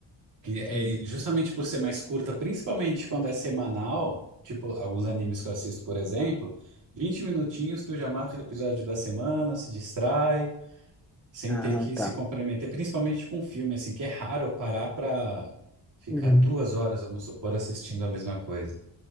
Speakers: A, on the right; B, in the centre.
A: Que é
B: entendi.
A: justamente por ser mais curta, principalmente quando é semanal, tipo alguns animes que eu assisto, por exemplo, 20 minutinhos tu já mata o episódio da semana, se distrai, sem
B: Ah,
A: ter que
B: tá.
A: se comprometer, principalmente com filme, assim, que é raro eu parar pra ficar
B: Uhum.
A: duas horas, vamos supor, assistindo a mesma coisa.